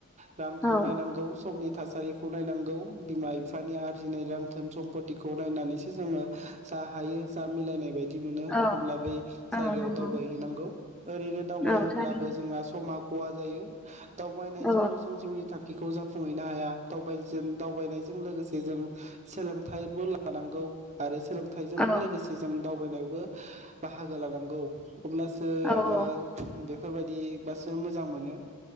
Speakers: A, on the right; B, in the centre.
A: रांखौ
B: औ
A: नायनांगौ समनि थासारिखौ नायनांगौ बिमा बिफानि आरजिनाय रां धोन सम्पितिखौ नायनानैसो जोङो जा हायो जा मिलायनाय बाय दि मोनो
B: औ
A: अब्ला बै जायगायाव
B: औ नंगौ
A: दावबायहैनांगौ ओरैनो दावायोब्लाबो
B: औ थारैनो
A: जोंहा समा खहा जायो। दावबायनायजोंल'
B: औ
A: जों जिउनि था बेखौ जाफुंहैनो हाया दावबायजों दावबायनायजों लोगोसे जों सोलोंथाइबो लानांगौ आरो सोलोंथाइजोंबो
B: औ औ
A: लोगोसे दावबायनायावबो बाहागो लानांगौ। अब्लासो
B: औ
A: आङो बे बेफोरबायदिबासो मोजां मोनो।